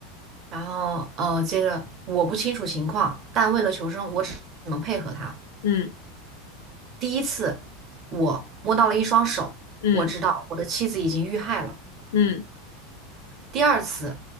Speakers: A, on the right (about 40°); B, on the left (about 80°).
A: 然后呃，接着我不清楚情况，但为了求生，我只能配合他。
B: 嗯
A: 第一次我摸到了一双手，
B: 嗯
A: 我知道我的妻子已经遇害了。
B: 嗯
A: 第二次